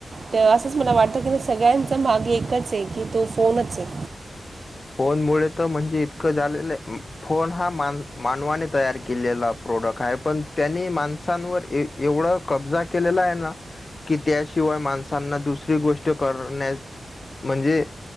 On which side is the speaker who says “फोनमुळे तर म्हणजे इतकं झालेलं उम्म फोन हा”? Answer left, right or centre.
Left